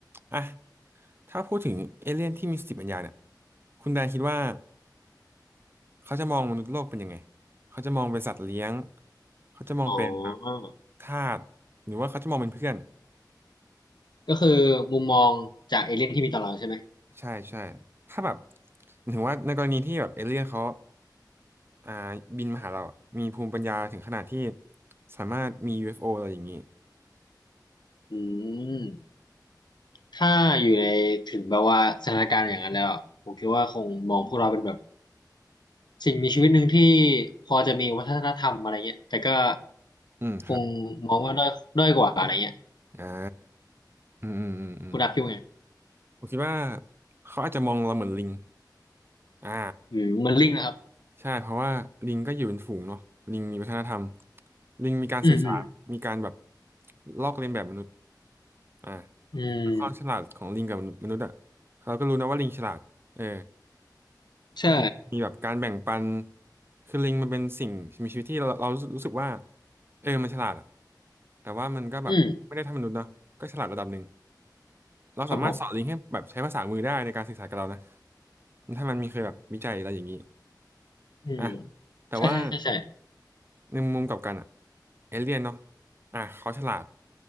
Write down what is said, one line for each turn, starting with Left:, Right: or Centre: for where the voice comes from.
Right: อ่ะถ้าพูดถึงเอเลี่ยนที่มีสติปัญญาเนี่ยคุณแดนคิดว่าเขาจะมองมนุษย์โลกเป็นยังไงเขาจะมองเป็นสัตว์เลี้ยงเขาจะมองเป็นแบบ
Left: อ๋อ
Right: ทาสหรือว่าเขาจะมองเป็นเพื่อน
Left: ก็คือมุมมองจากเอเลี่ยนที่มีต่อเราใช่ไหม
Right: ใช่ใช่ถ้าแบบหมายถึงว่าในกรณีที่แบบเอเลี่ยนเขา อ่าบินมาหาเราอะมีภูมิปัญญาถึงขนาดที่สามารถมี UFO อฟโออะไรอย่างนี้
Left: อืมถ้าอยู่ในถึงแบบว่าสถานการณ์อย่างนั้นแล้วอะผมคิดว่าคงมองพวกเราเป็นแบบสิ่งมีชีวิตหนึ่งที่พอจะมีวัฒนธรรมอะไรเงี้ยแต่ก็
Right: อืมครับ
Left: คงมองว่าด้อยด้อยกว่าอะไรเงี้ย
Right: อ่าอืม อืม อืม อืม
Left: คุณดับคิดว่าไง
Right: ผมคิดว่าเขาอาจจะมองเราเหมือนลิง อ่า
Left: อืมมันลิงก์นะครับ
Right: ใช่เพราะว่าลิงก็อยู่เป็นฝูงเนาะลิงมีวัฒนธรรมลิงมีการสื่อสารมีการแบบ
Left: อืมอืม
Right: ลอกเลียนแบบมนุษย์อ่า
Left: อืม
Right: ความฉลาดของลิงกับมนุษย์อะเราก็รู้นะว่าลิงฉลาดเออ
Left: ใช่
Right: มีมีแบบการแบ่งปัน คือลิงมันเป็นสิ่งมีชีวิตที่เราเรารู้สึกว่าเออมันฉลาดอะแต่ว่ามันก็แบบไม่ได้เทำมนุษย์เนาะก็ฉลาดระดับหนึ่ง
Left: อืม
Right: เราสามารถสอนลิงให้แบบใช้ภาษามือได้ในการสื่อสารกับเรานะ
Left: ครับผม
Right: ถ้ามันมีเคยแบบวิจัยอะไรอย่างนี้
Left: อืม
Right: อ่ะแต่ว่า
Left: ใช่ใช่ใช่ใช่
Right: ในมุมกลับกันอะเอเลี่ยนเนาะอ่ะเขาฉลาด